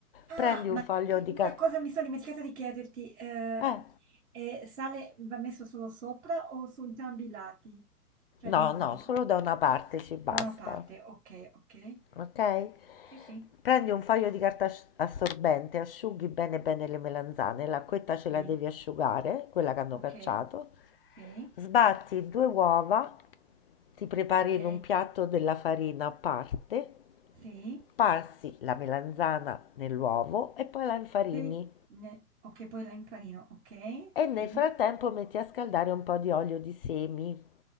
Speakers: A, on the right; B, on the left.
A: Ah,
B: Prendi un
A: ma
B: foglio
A: senti
B: di
A: una
B: carta.
A: cosa mi sono dimenticata di chiederti, ehm,
B: Eh.
A: ehm, sale va messo solo sopra o su entrambi i lati? Cioè di
B: No, no,
A: di
B: solo da una parte ci basta,
A: da una parte, okay, okay.
B: ok?
A: Sì, sì,
B: Prendi un foglio di carta asci- assorbente, asciughi bene bene le melanzane, l'acquetta ce
A: sì,
B: la devi asciugare, quella che hanno
A: okay,
B: cacciato.
A: sì,
B: Sbatti due uova, ti prepari
A: okay,
B: in un piatto della farina a parte,
A: sì,
B: passi la melanzana nell'uovo e poi la infarini.
A: okay, ne okay, poi la infarina, okay,
B: E nel
A: sì,
B: frattempo metti a scaldare un po' di olio di semi.